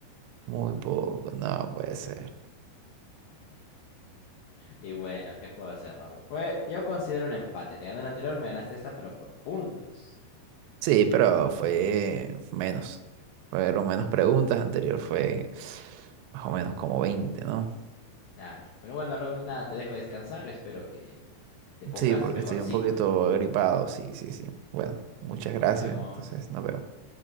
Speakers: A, on the right; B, on the left.
A: muy poco, no puede ser.
B: Y bueno, ¿qué puedo hacer, Raúl? Fue, yo considero un empate. Te gané el anterior, me ganaste esta, pero por puntos.
A: Sí, pero fue menos. Fueron menos preguntas, anterior fue más o menos como 20, ¿no?
B: Claro. Pero bueno, Raúl, nada, te dejo descansar. Espero que te pongas
A: Sí, porque
B: mejorcito.
A: estoy un poquito agripado, sí, sí, sí. Bueno, muchas gracias,
B: Nos vemos.
A: entonces nos vemos.